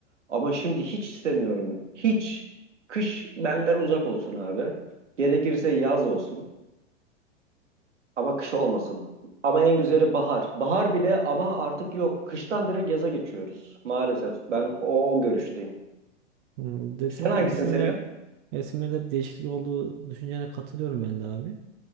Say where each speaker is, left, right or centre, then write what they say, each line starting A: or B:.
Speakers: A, on the right; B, on the right.
A: Ama şimdi hiç istemiyorum. Hiç. Kış benden uzak olsun abi. Gerekirse yaz olsun ama kış olmasın. Ama en güzeli bahar. Bahar bile ama artık yok. Kıştan direkt yaza geçiyoruz. Maalesef ben o, o görüşteyim.
B: Hmm, Dediğim
A: Sen hangisini
B: gibi resimler
A: seviyorsun?
B: resimlerde bir değişiklik olduğu düşüncene katılıyorum ben de abi.